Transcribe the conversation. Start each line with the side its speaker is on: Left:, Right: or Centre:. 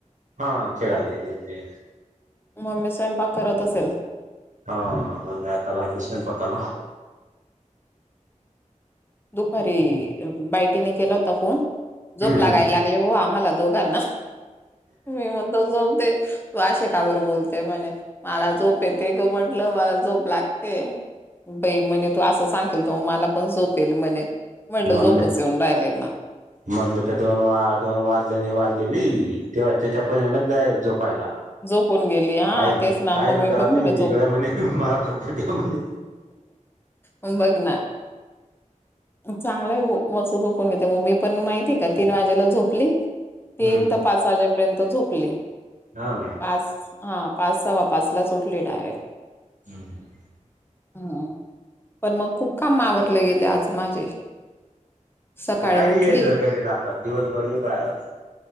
Right: हा खेळायला गेलेत ते
Left: मम्मी स्वयंपाक करत असेल.
Right: हा, मम्मी आता लागली स्वयंपाकाला
Left: दुपारी बायडीने केला होता फोन
Right: हम्म
Left: झोप लागायला
Right: हम्म
Left: लागली ओ आम्हाला दोघांना मी म्हणते झोप दे तू अशी का बर बोलते म्हणे. मला झोप येते ग म्हंटलं मला झोप लागते बाई म्हणे तू असं सांगेल तर म मला पण झोपेल म्हणे म्हटलं
Right: मम्मी
Left: झोपच येऊन राहिलेना
Right: मम्मी तर दोन वा दोन वाजलेने वाजले बी तेव्हा त्याच्या पहिल्यांदाच जाय झोपायला
Left: झोपून गेली हा
Right: काय
Left: तेच ना
Right: काय
Left: मम्मी
Right: बी करा
Left: बघ म्हणे
Right: तुम्ही तिकडे म्हणे मला झोपू द्या म्हणे
Left: मंग बघ ना चांगलय मस्त झोपून घेते म मी पण माहितीय का तीन वाजेला झोपली तीन
Right: हम्म
Left: ते पाच वाजेपर्यंत झोपली
Right: हां
Left: पाच हा पाच सवा पाच लाच उठली डायरेक्ट
Right: <inaudible>
Left: हम्म पण मग खूप काम आवरले गेले आज माझे सकाळी
Right: काय नाही
Left: उठली
Right: आहे जर घरी राहतात दिवसभर मी बाहेर